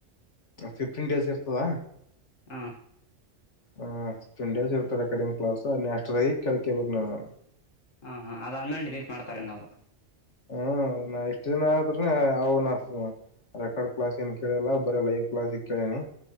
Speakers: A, on the left; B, on the left.
A: ಫಿಫ್ಟೀನ್ ಡೇಸ್ ಇರ್ತದ.
B: ಹ,
A: ಹ ನ್ ಡೇಸ್ ಇರ್ತಾರೆ ರೆ ಕಡಿಂಗ್ ಕ್ಲಾಸ್ ನನ್ಯಸ್ಟ ಆಗಿ ಕೇಕ ಬ ನಾನು <unintelligible>
B: ಹಾ, ಹಾ, ಅದಾದ್ಮೇಲೆ. ಡಿಲೀಟ್ ಮಾಡ್ತಾರೇನ
A: ಹ,
B: ಅವರು
A: ಹ್ಮ್, ನಾ ಇಷ್ಟು ದಿನ. ಅವ ನ ರೆಕಾರ್ಡ್ ಕ್ಲಾಸ್ ಏನ್ ಕೇಳಲ್ಲ ಬರೆ ಲೈವ್ ಕ್ಲಾಸ್ ಕೇಳಿನಿ.